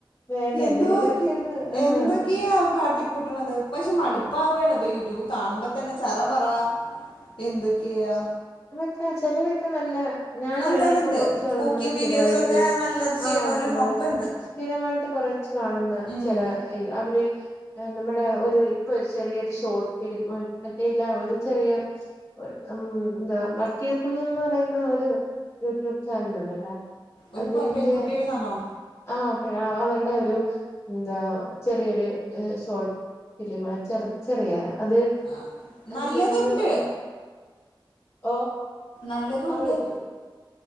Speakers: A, on the left; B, on the left.
A: വേണ്ട
B: എന്തോകി
A: എന്തെങ്കിലുമൊക്കെ ഒന്ന് ആഹ്
B: എന്തൊ ക്യാ കാട്ടിക്കൂട്ട്ണത് പക്ഷെ മടുപ്പാവാണ് ഇപ്പ യൂട്യൂബ് കാണുമ്പൊ തന്നെ ചറ പറ എന്തൊക്കെയാ
A: ക്ക ചെലര് ഒക്കെ നല്ല ഞാനാണേ
B: നല്ലതുണ്ട്
A: ഇപ്പൊ കുറച്ച് നാളും
B: കുക്കിംഗ്
A: കൊണ്ട് സ്ഥിരമായിട്ടോരു
B: വീഡിയോസൊക്കെ നല്ലത് ചെയ്യണവരും
A: ആഹ് ഒണ്ട്
B: ഒക്കെ ഉണ്ട്
A: സ്ഥിരമായിട്ട് കുറച്ച് കാണുന്ന
B: ഉം
A: ചില ര് അവര് നമ്മുടെ ഒരു ഇപ്പൊ ഒരു ചെറിയ ഒരു ഷോർട്ട് ഫിലിം മറ്റേല്ല ഒരു ചെറിയ ഒര് ന്താ വക്കേ കുന്നൻ പറയുന്ന ഒരു യൂട്യൂബ് ചാനൽ ഉണ്ടല്ലോ
B: ഒരു
A: അതിന്റെ
B: പെൺകുട്ടിയുടേതാണോ
A: ആഹ് പ്പഴ അവരുടെ ഒരു എന്താ ചെറിയൊരു ഏഹ് ഷോട്ട ഫിലിം ചെറ് ചെറിയാ അത്
B: ആ
A: അതിന്റെ
B: നല്ലതുണ്ട്
A: പേരന്ത്‌വായിരുന്നു ഓഹ്
B: നല്ലതുണ്ട്
A: ആഹ് വിളിക്യ വിളി